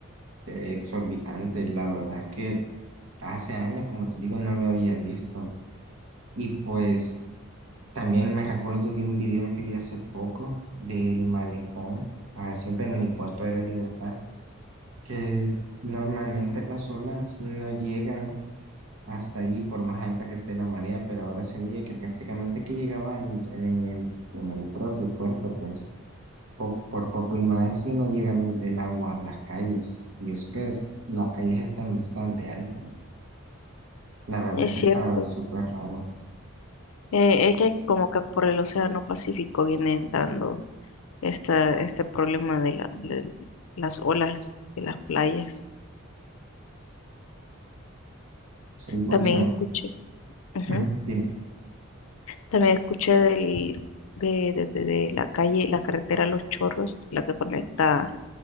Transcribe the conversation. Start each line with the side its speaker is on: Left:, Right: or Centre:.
Right: eh, exorbitante. La verdad es que hace años, como te digo, no lo había visto. Y pues también me recuerdo de un video que vi hace poco del malecón, ah, siempre en el Puerto de la Libertad que normalmente las olas no llegan hasta ahí por más alta que esté la marea, pero ahora se veía que prácticamente que llegaban en el, en el propio puerto, pues po- por poco y más si no llegan el agua a las calles, y eso que es, las calles están bastante altas, la verdad
Left: Es
Right: es que
Left: cierto.
Right: está súper raro,
Left: Eh, es que como que por el Océano Pacífico viene entrando esta, este problema de la- de las olas de las playas.
Right: sí, porque,
Left: También escuché. Ujú.
Right: ujú, dime,
Left: También escuché del, de, de- de- de la calle, la carretera Los Chorros, la que conecta